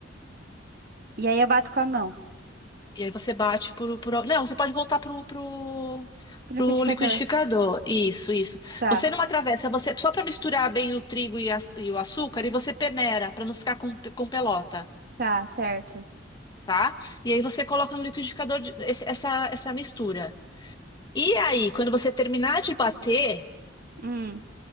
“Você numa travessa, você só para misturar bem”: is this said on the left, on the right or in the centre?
Left